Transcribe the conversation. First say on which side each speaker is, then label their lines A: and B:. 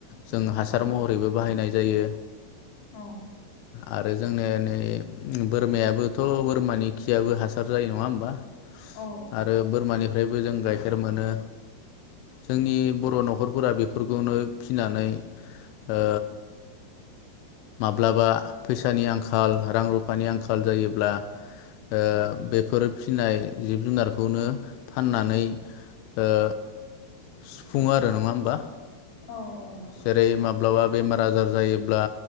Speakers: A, on the left; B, on the left.
A: जों हासार
B: औ
A: महरैबो बाहायनाय जायो।
B: औ।
A: आरो जोंनि नै बोरमायाबोथ बोरमानि खियाबो हासार जायो नङा होमबा?
B: औ
A: आरो बोरमानिफ्राय जों गाइखेर मोनो जोंनि बर नखरफोरा बेफोरखौनो फिनानै ओ माब्लाबा फैसानि आंखाल रां रुफानि आंखाल जायोब्ला ओ बेफोर नाथाय जिब जुनारखौनो फाननानै ओ
B: <inaudible>
A: सुफुङो आरो नाङा होमबा?
B: औ औ नंगौ।
A: जेरै माब्लाबा बेमार आजार जायोब्ला